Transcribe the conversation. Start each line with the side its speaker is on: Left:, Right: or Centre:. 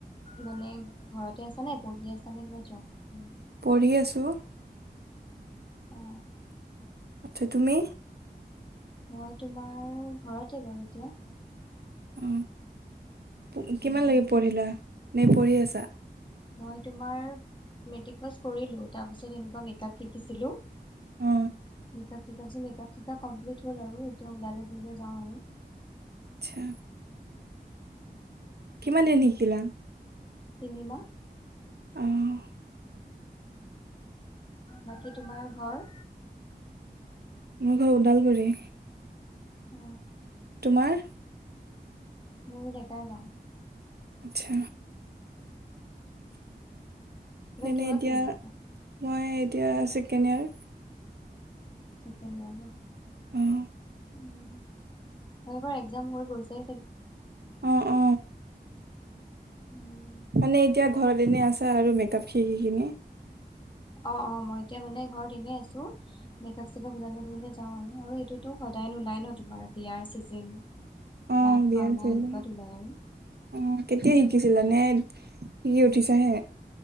Left: মানে ঘৰতে আছা নে পঢ়ি আছা নে কিবা জব কৰি।
Right: পঢ়ি আছোঁ।
Left: অ
Right: আচ্ছা তুমি?
Left: মই তোমাৰ ঘৰতে বাৰু এতিয়া।
Right: অ, প
Left: তেনেকুৱা
Right: কিমান লাগে
Left: একো
Right: পঢ়িলা
Left: কৰা নাই
Right: নে পঢ়ি আছা?
Left: মই তোমাৰ মেট্ৰিক পাছ কৰিলো তাৰপাছত এনেকোৱা মেকআপ শিকিছিলো। মিকআপ
Right: অ
Left: শিকাৰ পিছত মিকআপ শিকা কমপ্লিট হল আৰু এতিয়া ওলালে কৰিলে যাওঁ আৰু।
Right: আচ্ছা। কিমান দিন শিকিলা?
Left: তিনিমাহ।
Right: অহ।
Left: বাকী তোমাৰ ঘৰ?
Right: মোৰ ঘৰ ওদালগুৰি।
Left: অ।
Right: তোমাৰ?
Left: মোৰ ডেকাৰ গাঁও।
Right: আচ্ছা,
Left: এইবাৰ
Right: এনেই
Left: কিহত
Right: এতিয়া
Left: পঢ়ি আছা?
Right: মই এতিয়া ছেকেণ্ড ইয়েৰ।
Left: ছেকেণ্ড ইয়াৰ ন।
Right: অহ।
Left: তোমালোকৰ একজাম হৈ গৈছে।
Right: অ অ।
Left: উম।
Right: মানে এতিয়া ঘৰত এনে আছা আৰু মেকাপ শিকি কিনি।
Left: অ অ মই এতিয়া মানে ঘৰত এনে আছো মেকাপ চেকাপ ওলালে কৰিলে যাওঁ আৰু এইটোতো সদায় নোলাই ন তোমাৰ বিয়াৰ চিজেন
Right: অ
Left: ৰাস
Right: বিয়াৰ
Left: ভাওনা
Right: চিজন
Left: এনেকুৱাত ওলাই আৰু।
Right: অ কেতিয়া শিকিছিলা নে শিকি উঠিছাহে?